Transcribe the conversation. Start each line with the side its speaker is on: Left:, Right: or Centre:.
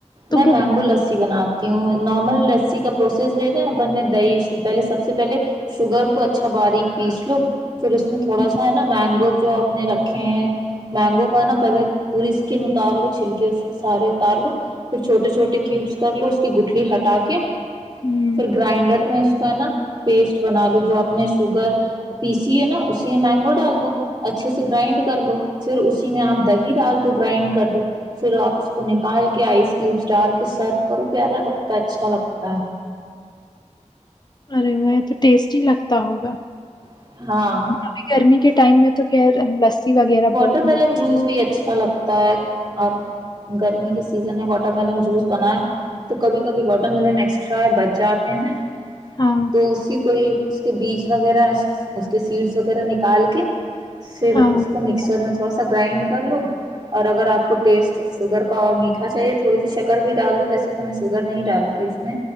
Left: تم
Right: میں مینگو
Left: کیسے
Right: لسی بنات کیوں نارمل رسی کا پروسیس لتا نا اپنے دہی پہلے سب سے پہلے شوگر کو اچھا باریک پیس لو پھر اس میں تھوڑا
Left: بناتی
Right: سا ہے نا مینگو جو اپنے رکھے ہیں مینگو پر ہے نا پہلے پوری اسکن اتار لو چھلکے اس کے سارے اتار لو پھر چھوٹے چھوٹے کیوبس کر لو اس کی گٹھلی ہٹا کے
Left: ہو؟ ہوں
Right: پھر گرائنڈر میں اس ہے نا پیسٹ بنا لو جو آپ نے شوگر پیسی ہے نا اسی میں مینگو ڈال دو اچھے سے گرائنڈ کر دو پھر اسی میں آپ دہی ڈال دو گرائنڈ کر دو پھر آپ اس کو نکال کے آئس کیوبس ڈال کے سرو کرو پیارا لگتا ہے اچھا لگتا ہے
Left: ارے وہ تو ٹیسٹ ہی لگتا ہوگا
Right: ہے ہاں
Left: ابھی گرمی کے ٹائم میں تو <unintelligible>
Right: واٹر
Left: بہت
Right: ملن
Left: ملتی
Right: جوس بھی اچھا لگتا اب گرمی کے سیزن میں واٹر ملن جوس بنائے تو کبھی کبھی واٹر ملن ایکسٹرا بچ جاتے ہیں
Left: ہاں
Right: تو اسی کوئی کہ بیج وغیرہ اس کے سیڈس وغیرہ نکال کے پھر
Left: ہاں
Right: اس سر میں تھوڑا سا گرائنڈ کر لوں اور اگر آپ کو ٹیسٹ شوگر کا اور میٹھا چاہیے تھوڑی سی شکر بھی ڈال دو ویسے تو میں شوگر نہیں ڈالتی اس میں